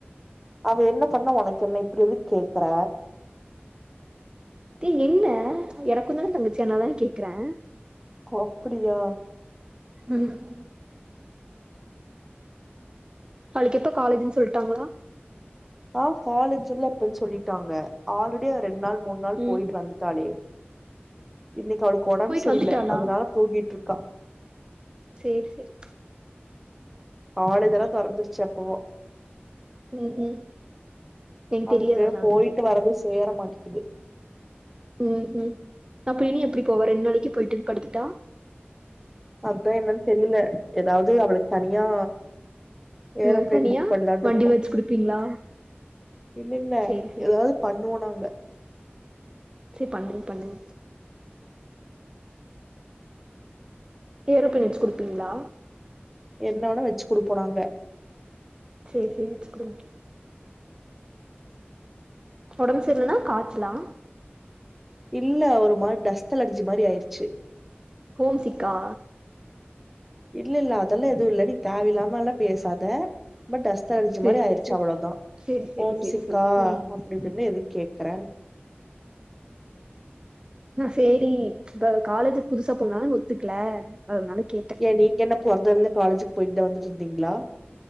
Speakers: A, in the centre; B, on the right.
A: அவ என்ன பண்ண ஒனக்கு என்ன இப்டி எதுக்கு கேக்குற
B: ஏ என்ன எனக்குந்தானா தங்கச்சி அனால தான கேக்குறே
A: அப்டியா
B: ம் அவளுக்கெப்ப காலேஜுன்னு சொல்ட்டாங்ளா
A: ஆ காலேஜ்ல எப்பன் சொல்லிட்டாங்க ஆல்ரெடி அவ ரெண்டு நாள் மூண் நாள்
B: ம்
A: போயிட்டு வந்துட்டாளே இன்னைக்கு அவளுக்கு ஒடம்பு
B: போயிட்டு
A: சரில்ல
B: வந்துட்டாளா
A: அதுனால தூங்கிட்ருக்கா
B: சேரி சேரி
A: காலேஜெல்லா தொறஞ்சிருச்சு எப்பவோ
B: ம் ம் எனக்கு
A: அவளுக்கு
B: தெரியாது அதனாலதா
A: போயிட்டு
B: கேட்டே
A: வர்றது சேர மாட்டேக்குது
B: ம் ம் அப்ப இனி எப்டி போவா ரெண்டு நாளைக்கு போயிட்டு வந்து படுத்துட்டா
A: அதா என்னன்னு தெர்ல ஏதாவ்து அவளுக்கு தனியா ஏரோபிளேன்
B: ம் தனியா
A: புக் பண்லான்ருக்கோ
B: வண்டி வச்சு குடுப்பீங்களா
A: இல்லல்ல
B: சேரி சேரி
A: ஏதாவது பண்ணுவோ நாங்க
B: சேர் பண்ணுங் பண்ணுங் ஏரோபிளேன் வச்சு கொடுப்பீங்ளா
A: என்ன வேணா வச்சு குடுப்போ நாங்க
B: சேரி சேரி வச்சுக்கோங்க உடம்பு சரிலன்னா காய்ச்சலா
A: இல்ல ஒரு மார் டஸ்ட் அலர்ஜி மாதிரி ஆயிடுச்சு
B: ஹோம் சிக்கா
A: இல்ல இல்ல அதெல்லாம் எதுவும் இல்ல நீ தேவ இல்லாம எல்லாம் பேசாத ரொம்ப டஸ்ட் அலர்ஜி
B: சேரி
A: மாதிரி ஆயிடுச்சு
B: சேரி சேரி
A: அவ்வளோதான்
B: சேரி சேரி
A: ஹோம்
B: சேரி
A: சிக்கா
B: சேரி ம்
A: அப்படி இப்படின்லா எதுக்கு கேக்குற
B: நா சேரி இப்ப காலேஜுக்கு புதுசா போனாலும் ஒத்துக்கல அதனால கேட்டேன்
A: ஏன் நீங்க என்ன பொறந்தலந்து காலேஜுக்கு போயிட்டு தா வந்துட்டு இருந்தீங்களா